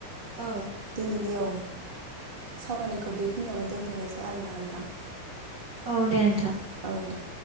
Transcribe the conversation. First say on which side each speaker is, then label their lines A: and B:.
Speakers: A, on the right (about 65°); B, on the right (about 30°).
A: औ
B: दिनैनि औ सावरायनायखौ बेखिनियावनो दोनथ'नायसै आरोोना नोंथां
A: औ दे नोंथां
B: आावले